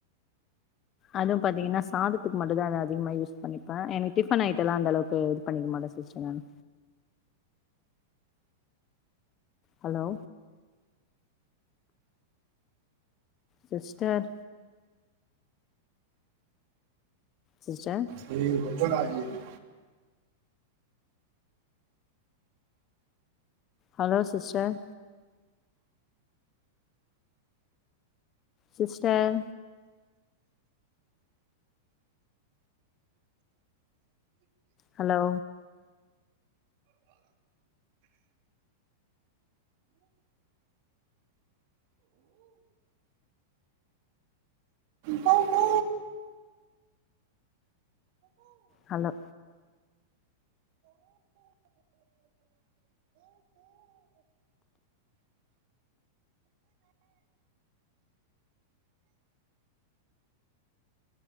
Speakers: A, on the left; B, on the right.
A: அதுவு பாத்தீங்கன்னா சாதத்துக்கு மட்டுதா அத அதிகமா யூஸ் பண்ணிப்பே எனக்கு டிஃபன் ஐட்டலா அந்தளவுக்கு பண்ணிக்க மாட்டே சிஸ்டர் நானு ஹலோ சிஸ்டர் சிஸ்டர்
B: டேய் <unintelligible>
A: ஹலோ சிஸ்டர் சிஸ்டர் ஹலோ
B: போ போ
A: hello